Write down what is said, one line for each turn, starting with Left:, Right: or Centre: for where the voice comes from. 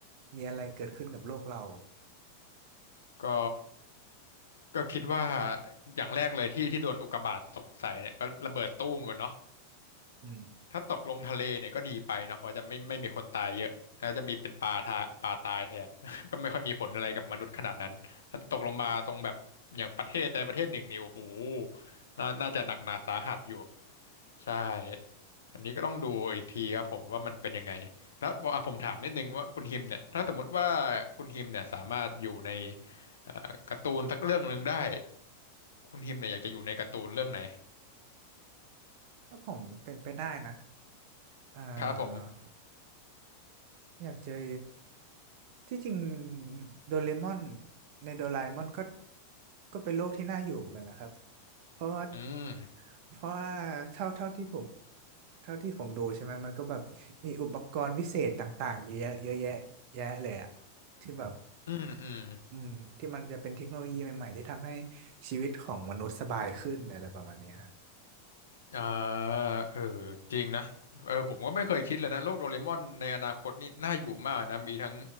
Right: มีอะไรเกิดขึ้นกับโลกเรา
Left: ก็ ก็คิดว่าอย่างแรกเลยที่ที่โดนอุกกาบาตตกใส่เนี่ยก็ระเบิดตู้มก่อนเนาะ
Right: อืม
Left: ถ้าตกลงทะเลเนี่ยก็ดีไปเนาะเพราะจะไม่ไม่มีคนตายเยอะแล้วจะมีเป็นปลาทาปลาตายแทน <laughs> ก็ไม่ค่อยมีผลอะไรกับมนุษย์ขนาดนั้นถ้าตกลงมาตรงแบบอย่างประเทศใดประเทศหนึ่งนี่โอ้โหน่าน่าจะหนักหนาสาหัสอยู่ใช่อันนี้ก็ต้องดูอีกทีครับผมว่ามันเป็นยังไงแล้วบอกอ่ะผมถามนิดนึงว่าคุณฮิมเนี่ยถ้าสมมติว่าคุณฮิมเนี่ยสามารถอยู่ในเอ่อการ์ตูนสักเรื่องหนึ่งได้ คุณฮิมเนี่ยอยากจะอยู่ในการ์ตูนเรื่องไหน
Right: ถ้าผมเป็นไปได้นะอ่
Left: ครับผม
Right: าอยากเจอ ที่จริงโดเรมอนในโดราเอมอนก็ก็เป็นโลกที่น่าอยู่เหมือนกันนะครับเพราะว่า
Left: อืม
Right: เพราะว่าเท่าเท่าที่ผมเท่าที่ผมดูใช่ไหมมันก็แบบมีอุปกรณ์วิเศษต่างๆเยอะแยะเยอะแยะแยะเลยอะที่แบบ
Left: อืมอืม
Right: อืมที่มันจะเป็นเทคโนโลยีใหม่ๆที่ทำให้ชีวิตของมนุษย์สบายขึ้นอะไรประมาณนี้ครับ
Left: อ่าเออจริงนะเออผมก็ไม่เคยคิดเลยนะโลกโดเรมอนในอนาคตนี่น่าอยู่มากนะมีทั้ง